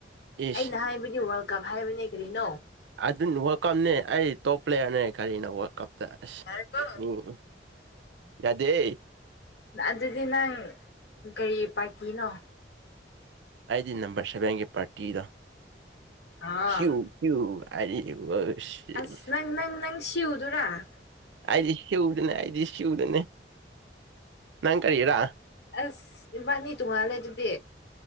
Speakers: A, on the right; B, on the left.
A: ꯏꯁ
B: ꯑꯩꯅ ꯍꯥꯏꯕꯗꯤ ꯋꯥꯔꯜ ꯀꯞ ꯍꯥꯏꯕꯅꯦ ꯀꯔꯤꯅꯣ
A: ꯑꯗꯨꯟ ꯋꯥꯔꯜ ꯀꯞꯅꯦ ꯑꯩ ꯇꯣꯞ ꯄ꯭ꯂꯦꯌ꯭ꯔꯅꯦ ꯀꯔꯤꯅꯣ ꯋꯥꯔꯜ ꯀꯞꯇ ꯑꯁ
B: ꯌꯥꯔꯦꯀꯣ
A: ꯃꯤ ‌ꯎꯝ ꯌꯥꯗꯦꯍꯦ
B: ꯑꯗꯨꯗꯤ ꯅꯪ ꯀꯔꯤ ꯄꯥꯔꯇꯤꯅꯣ
A: ꯑꯩꯗꯤ ꯅꯝꯕ꯭ꯔ ꯁꯚꯦꯟꯒꯤ ꯄꯥꯔꯇꯤꯗꯣ
B: ꯑꯥ
A: ꯁ꯭ꯌꯨ ꯁ꯭ꯋꯨ ꯑꯩꯗꯤ ꯋꯁ
B: ꯑꯁ
A: ꯏꯁ
B: ꯅꯪ ꯅꯪ ꯅꯪ ꯁꯤꯎꯗꯨꯔꯥ
A: ꯑꯩꯗꯤ ꯁ꯭ꯋꯨꯗꯅꯦ ꯑꯩꯗꯤ ꯁ꯭ꯋꯨꯗꯅꯦ ꯅꯪ ꯀꯔꯤꯔꯥ
B: ꯑꯁ ꯏꯕꯥꯟꯅꯤ ꯇꯣꯡꯉꯥꯜꯂꯦ ꯑꯗꯨꯗꯤ